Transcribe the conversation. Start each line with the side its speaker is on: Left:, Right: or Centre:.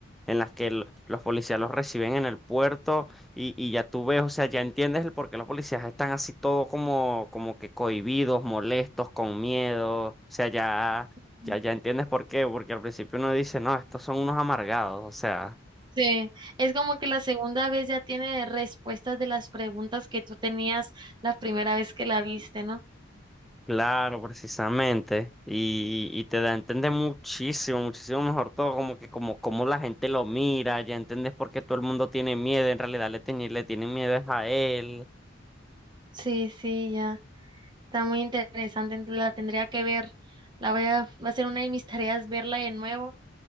Centre: en las que el- los policías los reciben en el puerto y, y ya tú ves, o sea, ya entiendes el por qué los policías están así todo como, como que cohibidos, molestos, con miedo, o sea, ya,
Right: Ujú.
Centre: ya, ya entiendes por qué, porque al principio uno dice, no, estos son unos amargados, o sea.
Right: Sí, es como que la segunda vez ya tiene respuestas de las preguntas que tú tenías la primera vez que la viste, ¿no?
Centre: Claro, precisamente. Y, y te da a entender muchísimo, muchísimo mejor todo, como que como, como la gente lo mira, ya entiendes por qué todo el mundo tiene miedo, en realidad le, tiene- le tienen miedo es a él.
Right: Sí, sí, ya. Está muy interesante, ent- la tendría que ver. La voy a, va a ser una de mis tareas verla de nuevo